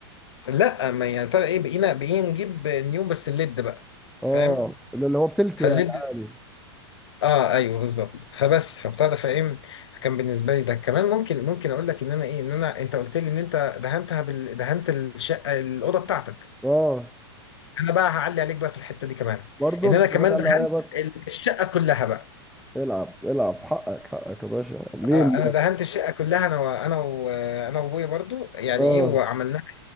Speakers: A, on the left; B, in the centre.
A: لا ما يعني بتاع ايه بقينا بقينا نجيب نيون بس الليد بقى
B: اه
A: فاهم
B: ده اللي هو بسلك
A: فالليد
B: يعني عادي
A: اه ايوه بالظبط فبس فبتاع ده فايه فكان بالنسبه لي ده كمان ممكن ممكن اقول لك ان انا ايه ان انا انت قلت لي ان انت دهنتها بال... دهنت الشقه الاوضه بتاعتك
B: اه
A: انا بقى هعلي عليك بقى في الحته دي كمان
B: برضه
A: ان
B: انت
A: انا
B: شغال
A: كمان
B: تقلق
A: دهنت
B: عليا بس
A: ال- الشقه كلها بقى
B: العب العب حقك حقك يا باشا ليه
A: آه،
B: م-
A: انا دهنت الشقه كلها انا وانا وانا وابويا برضو يعني
B: اه
A: ايه وعملنا